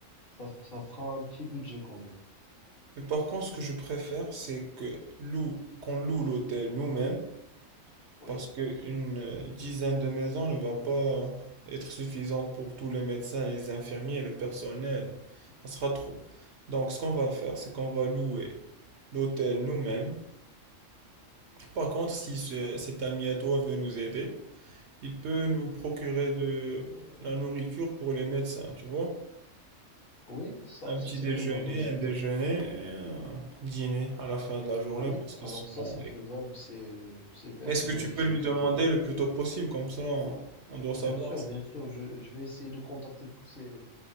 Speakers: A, on the left (about 45°); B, on the right (about 65°).
A: ça, ça fera un petit budget quand même.
B: Mais par contre, ce que je préfère, c'est que loue, qu'on loue l'hôtel nous-mêmes.
A: Oui.
B: parce qu'une euh, dizaine de maisons ne va pas être suffisante pour tous les médecins, les infirmiers et le personnel. Ça sera trop. Donc, ce qu'on va faire, c'est qu'on va louer l'hôtel nous-mêmes. Par contre, si ce- cet ami à toi veut nous aider, il peut nous procurer de la nourriture pour les médecins, tu vois?
A: Oui, ça,
B: Un petit
A: ça c'est
B: déjeuner,
A: faisable aussi.
B: un déjeuner et un dîner à la fin de la journée
A: Oui,
B: parce qu'ils
A: alors
B: seront...
A: ça c'est faisable, c'est, c'est bien,
B: Est-ce
A: tu
B: que
A: m'as
B: tu
A: dit
B: peux
A: cette
B: lui demander
A: idée.
B: le plus tôt possible, comme ça on doit savoir.
A: Bien sûr,
B: si-
A: bien sûr, je, je vais essayer de contacter tous ces,